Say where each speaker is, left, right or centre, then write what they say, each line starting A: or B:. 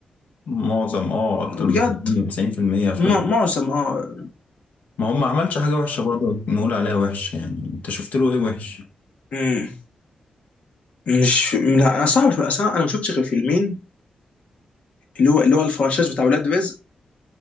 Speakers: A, on the left (about 80°); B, on the left (about 55°).
A: معظم اه اكتر من
B: بجد
A: 80 90% افلام
B: مع- معظم اه
A: ما هو ما عملش حاجه وحشه برضه نقول عليها وحش يعني انت شفت له ايه وحش
B: مم. مش لا انا صعب اصلا انا ما شفتش غير فيلمين اللي هو اللي هو الفرنشايز بتاع ولاد رزق